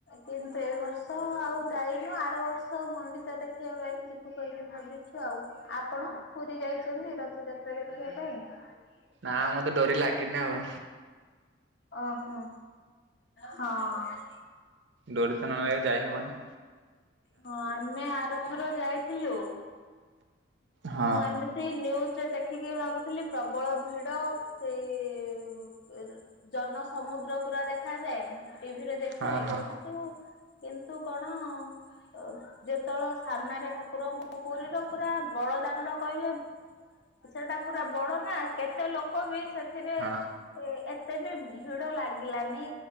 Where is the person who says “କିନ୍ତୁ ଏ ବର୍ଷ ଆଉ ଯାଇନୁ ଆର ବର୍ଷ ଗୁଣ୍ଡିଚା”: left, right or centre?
Left